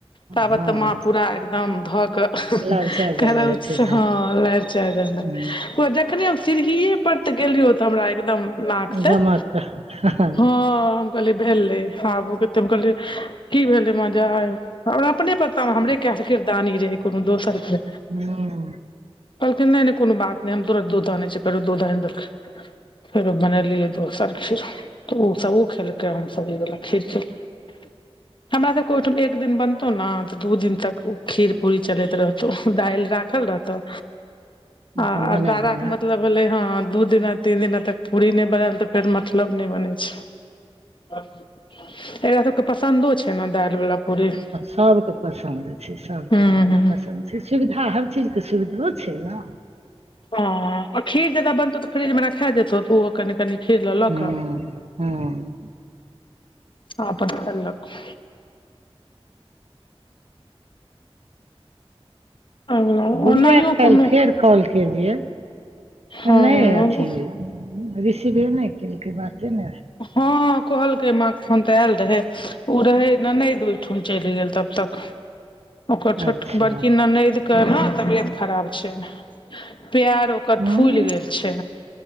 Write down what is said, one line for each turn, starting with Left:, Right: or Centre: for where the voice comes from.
Left: ताबत
Right: हँ
Left: माँ पूरा एकदम ध क
Right: लारि चारि
Left: करोछ
Right: देने हेथिन
Left: हँ लारि चारी देने
Right: ह
Left: रहथिन पूरा जखने हम सीढ़ीे पर ते गेलियो त हमरा एकदम नाक से
Right: गमक हँ हँ
Left: हँ हम कहलियै भेले आबू के हम कहलिय की भेले मजा आय हमरा अपने पता हमरे कायल किरदानी रहै कोनो दोसर के
Right: हूँम्म
Left: कहलखिन नहि नहि कोनो बात नहि हम तुरत दूध आनेय छीये फेरो दूध आनेय देलखीन फेरो बनेलीये दोसर खीर त ओ सब ओ खेलकै हम सभ इ वला खीर खेलिये हमरा सबके ओहिठाम एक दिन बनतौ ने त दू दिन तक उ खीर पूरी चलैत रहतौ दालि राखल रहतो
Right: अपन
Left: आ
Right: बना
Left: अरदारा
Right: बना
Left: के मतलब भेले हा दू दिना तीन दिना तक पूरी नहि बनेल ते फेर मतलब नहि बने छै एकरा सबके पसन्दो छै ने दालि वाला पूरी
Right: सभ के पसन्द छै सभके
Left: हूं
Right: बढ़िआँ
Left: हूं
Right: पसन्द सुविधा हर चीजके सुविधो छै न
Left: आ खीर जादा बनतौ त फ्रिज मे राखा जेतौ त ओहो कनि कनि खीर ल ल
Right: हँ
Left: क
Right: हँ
Left: आ अपन खेलक ओनाहियो
Right: गुड़िया के काल्हि
Left: कोनो
Right: फेर कॉल केलियै
Left: हँ
Right: नहि अथी भेल रिसिविंग नहि केलकै बाते ने
Left: हँ कहलकै माँ फोन त आयल रहे ओ रहे ननद ओहिठम चलि गेल तब तक <unintelligible> ओकर छोट
Right: अच्छा
Left: बड़की ननद के ने तबियत खराब छै पैरो ओकर
Right: हूँ
Left: फुलि गेल छै